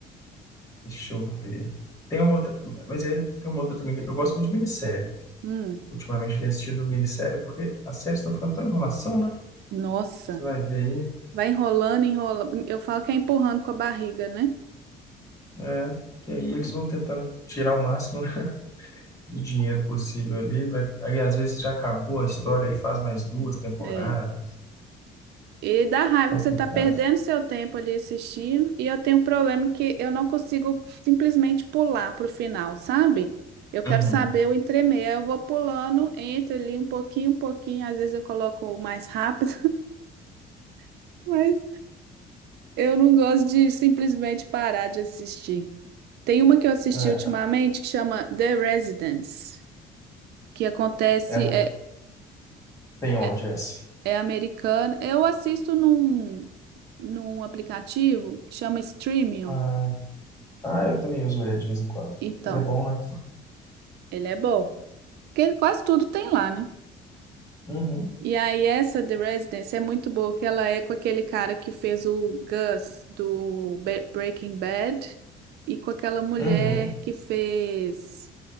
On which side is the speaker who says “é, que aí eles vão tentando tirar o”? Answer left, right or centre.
Left